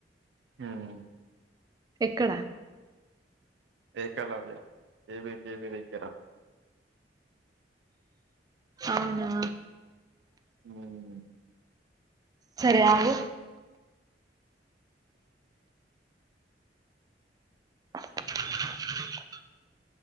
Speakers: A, on the right; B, on the right.
A: ఊమ్.
B: ఎక్కడ.
A: ఏకలవ్య, ఏవి కేవి విగ్గర.
B: అవునా.
A: ఊమ్.
B: సరే ఆగు. <unintelligible>